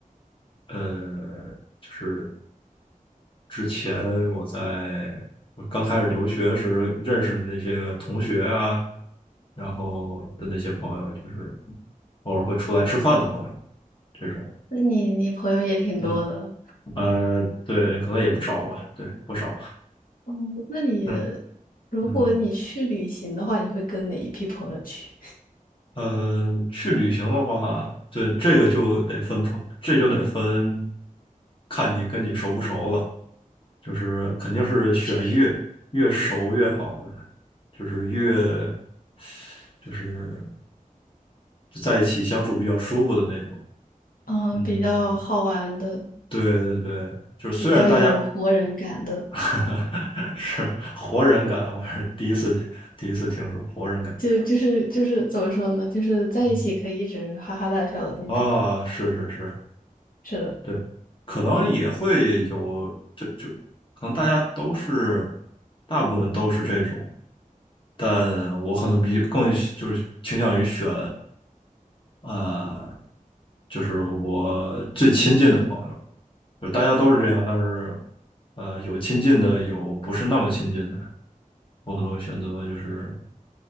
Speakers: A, on the left (about 35°); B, on the left (about 80°).
A: 呃，就是之前我在我刚开始留学时认识的那些同学啊，然后的那些朋友，就是偶尔会出来吃饭的朋友这种，
B: 那你你朋友也挺多的。
A: 嗯。呃，对，可能也不少吧，对，不少。
B: 哦，那你
A: 嗯
B: 如果你去旅行的话，
A: 嗯
B: 你会跟哪一批朋友去？
A: 嗯呃，去旅行的话，对，这个就得分朋，这就得分看你跟你熟不熟了，就是肯定是选越越熟越好的，
B: 哦，确实，
A: 就是越就是就在一起相处比较舒服的那种。
B: 嗯，
A: 嗯，
B: 比较好玩的，
A: 对对对，就是虽然大家
B: 比较有活人感的，
A: <laughs> 是活人感，我是第一次第一次听说活人感。
B: 就就是就是怎么说呢？就是在一起可以一直哈哈大笑的那种。
A: 嗯。啊，是是是，
B: 是的，
A: 对，可能也会有，这就可能大家都是，大部分都是这种，但我可能比更喜就是倾向于选，呃，就是我最亲近的朋友，就大家都是这样，但是，呃，有亲近的，有不是那么亲近的，我可能会选择就是